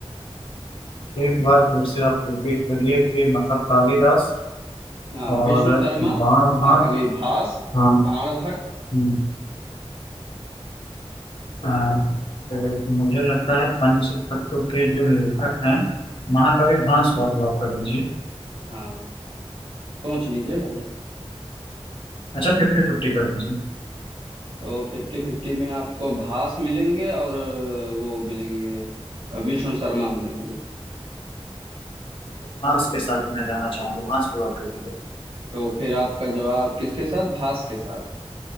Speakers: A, on the left (about 55°); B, on the right (about 60°).
A: एक बार फिर से आप रिपीट करिए कि मतलब कालिदास
B: हाँ
A: और
B: विष्णु शर्मा
A: बाण भाग
B: महाकवि भास
A: हाँ
B: बाणभट्ट
A: हम्म, आ, तो मुझे लगता है पंच तत्व के जो लेखक हैं महाकवि भास को आप लॉक कर दीजिए
B: हाँ सोच लीजिए भाई
A: अच्छा फिफ्टी फिफ्टी कर दीजिए
B: तो फिफ्टी फिफ्टी में आपको भास मिलेंगे और अ, वो मिलेंगे अ, विष्णु शर्मा मिलेंगे
A: भास के साथ ही मैं जाना चाहूंगा भास को लॉक कर दीजिए
B: तो फिर आपका जवाब किसके साथ भास के साथ